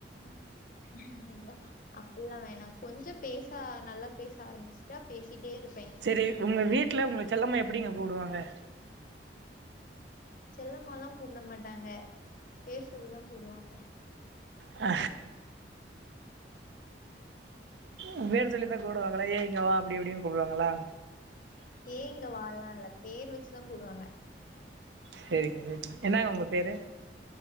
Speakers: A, on the left; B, on the right.
A: ம் ஐயோ அப்பில்லா வேணா கொஞ்ச பேச நல்லா பேச ஆரம்பிச்சுட்டா பேசிட்டே இருப்பே
B: செரி உங்க வீட்ல உங்ள செல்லமா எப்டிங்க கூப்டுவாங்க
A: செல்லமாலா கூப்ட மாட்டாங்க பேர் சொல்லிதா கூப்டுவாங்க
B: ஆ உ பேர் சொல்லிதா கூப்புடுவாங்களா ஏய் இங்க வா அப்டி இப்டின்னு கூப்புடுவாங்களா
A: ஏய் இங்க வா லா இல்ல பேர் வச்சுதா கூப்புடுவாங்க
B: செரிங்க செரிங்க என்னங்க உங்க பேரு